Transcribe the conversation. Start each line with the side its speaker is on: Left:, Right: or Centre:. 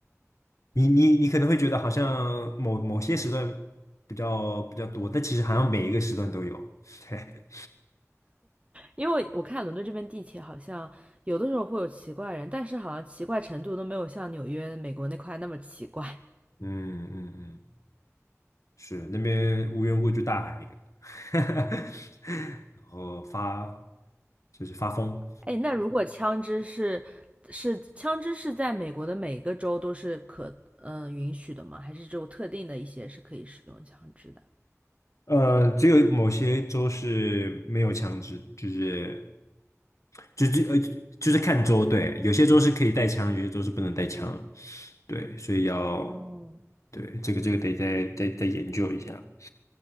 Left: 你你你可能会觉得好像某某些时段比较比较多，但其实好像每一个时段都有。<laughs> 对，
Right: 因为我看伦敦这边地铁好像有的时候会有奇怪人，但是好像奇怪程度都没有像纽约、美国那块那么奇怪。
Left: 嗯嗯嗯，是那边无缘无故就大喊一个，<laughs> 然后发就是发疯。
Right: 哎，那如果枪支是是枪支是在美国的每个州都是可嗯、呃允许的吗？还是只有特定的一些是可以使用枪支的？
Left: 呃，只有某些州是没有枪支，就是就就呃就是看州，对，有些州是可以带枪，有些州是不能带枪，对，所以要
Right: 嗯，
Left: 对这个这个得再再再研究一下。